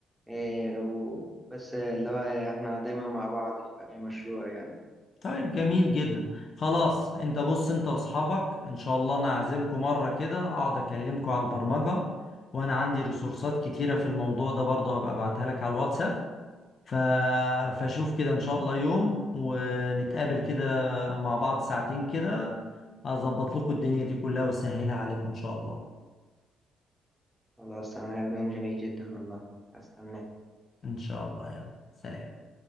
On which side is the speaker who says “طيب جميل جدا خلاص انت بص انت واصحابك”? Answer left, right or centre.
Left